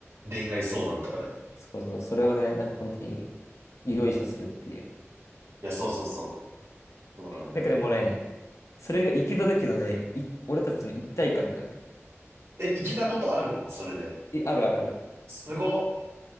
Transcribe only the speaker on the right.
ん。恋愛相談とかね。
いや、そうそうそう。そうなのよ。
え、行けたことあるのそれで。
すご。